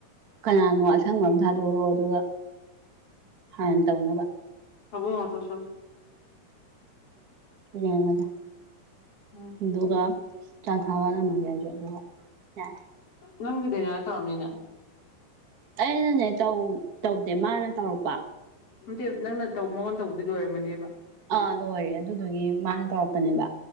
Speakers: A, on the right; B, on the left.
A: ꯀꯅꯥꯅꯣ ꯑꯁꯪꯕ ꯑꯃꯝ ꯊꯥꯗꯣꯔꯑꯣ ꯑꯗꯨꯒ ꯍꯥꯟꯅ ꯇꯧꯅꯕ
B: ꯑꯕ ꯇꯣ ꯁ
A: ꯎꯝ ꯌꯥꯖ
B: ꯎꯝ
A: ꯑꯗꯨꯒꯒ ꯆ ꯊꯋꯥꯗ ꯑꯗꯨ ꯌꯥꯏ
B: ꯅꯪꯗꯦ ꯅ ꯇꯧꯔꯣꯝꯅꯤꯅ
A: ꯑꯩꯅꯅꯦꯧ ꯇꯧꯗꯦ ꯃꯥꯅ ꯇꯧꯔꯛꯄ
B: ꯝꯇꯦ ꯅꯪꯅ ꯇꯧꯕ ꯃꯉꯣꯟ ꯇꯧꯕꯗꯤ ꯂꯣꯏꯔꯝꯃꯅꯦꯕ
A: ꯑꯥ ꯂꯣꯏꯔꯦ ꯑꯗꯨꯗꯨꯒꯤ ꯃꯥꯅ ꯇꯧꯔꯛꯄꯅꯦꯕ